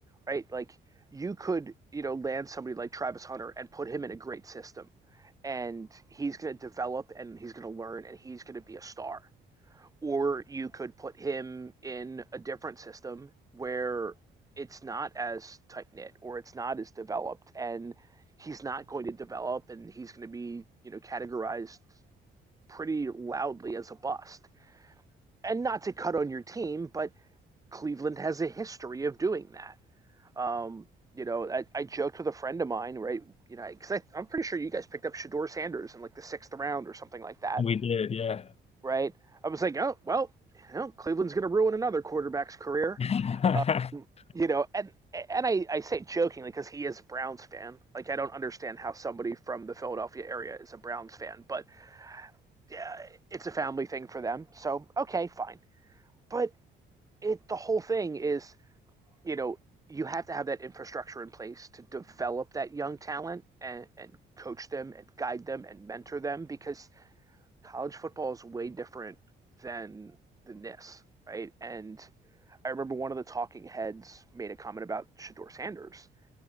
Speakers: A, on the right (about 15°); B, on the left (about 30°).
A: right? Like, you could, you know, land somebody like Travis Hunter and put him in a great system, and he's going to develop and he's going to learn and he's going to be a star. Or you could put him in a different system where it's not as tight knit or it's not as developed, and he's not going to develop and he's going to be, you know, categorized pretty loudly as a bust. And not to cut on your team, but Cleveland has a history of doing that. Um, you know, I, I joked with a friend of mine, right? You know, because I'm pretty sure you guys picked up Shador Sanders in like the sixth round or something like that,
B: We did, yeah.
A: right? I was like, oh, well, you know, Cleveland's going to ruin another quarterback's career,
B: <laughs>
A: you know, and and I, I say jokingly because he is a Browns fan. Like I don't understand how somebody from the Philadelphia area is a Browns fan, but yeah, it's a family thing for them. So okay, fine. But it the whole thing is you know, you have to have that infrastructure in place to develop that young talent and, and coach them and guide them and mentor them because college football is way different than than this, right? And I remember one of the talking heads made a comment about Shador Sanders,